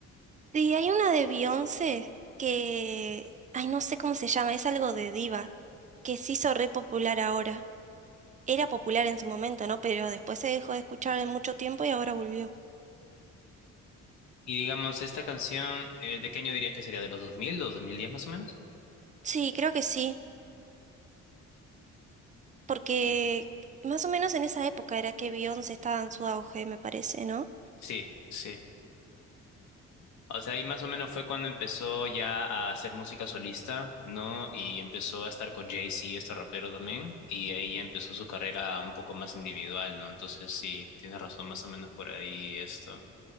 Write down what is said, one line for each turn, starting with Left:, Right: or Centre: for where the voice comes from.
Right: Sí, hay una de Beyoncé que, ay, no sé cómo se llama, es algo de diva, que se hizo re popular ahora. Era popular en su momento, ¿no? Pero después se dejó de escuchar en mucho tiempo y ahora volvió.
Left: Y digamos, esta canción, eh, ¿de qué año dirías que sería? ¿De los 2000, los 2010 más o menos?
Right: Sí, creo que sí, porque
Left: Ye-
Right: más o menos en esa época era que Beyoncé estaba en su auge, me parece, ¿no?
Left: Sí, sí. O sea, ahí más o menos fue cuando empezó ya a hacer música solista, ¿no? Y empezó a estar con Jay-Z, este rapero también, y ahí ya empezó su carrera un poco más individual, ¿no? Entonces sí, tienes razón, más o menos por ahí esto.